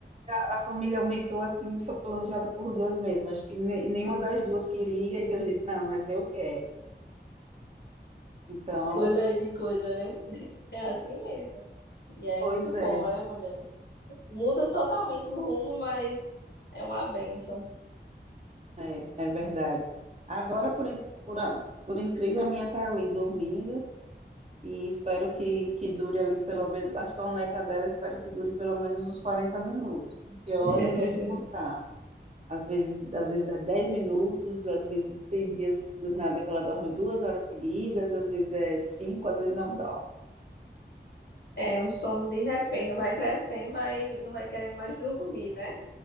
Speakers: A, on the right; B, on the left.
A: a, a família aumentou assim, só planejada por Deus mesmo. Acho que ne- nenhuma das duas queria, e Deus disse, não, mas eu quero. Então,
B: Olha aí que coisa, né? É assim mesmo. E é
A: pois
B: muito
A: é,
B: bom, né, mulher? Muda totalmente o rumo, mas é uma bênção.
A: é, é verdade. Agora, por, in- por, a- por incrível, a minha tá ali dormindo, e espero que, que dure ali, pelo menos, a soneca dela, espero que dure pelo menos uns 40 minutos, porque olha,
B: <laughs>
A: eu vou te contar. Às vezes, às vezes é 10 minutos, às vezes tem dias do nada que ela dorme duas horas seguidas, às vezes é cinco, às vezes não dorme.
B: É um sono de repente, vai crescendo, vai, não vai querendo mais dormir, né?